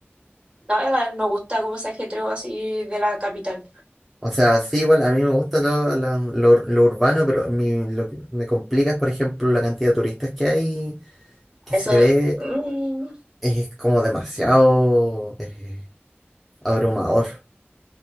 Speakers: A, on the right (about 25°); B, in the centre.
A: no, la- me gusta como ese ajetreo así de la capital.
B: O sea, sí, igual a mí me gusta lo, la- lo- lo urbano, pero mi- lo que me complica es, por ejemplo, la cantidad de turistas que hay que
A: Eso,
B: se ve
A: mm,
B: es como demasiado eh, abrumador.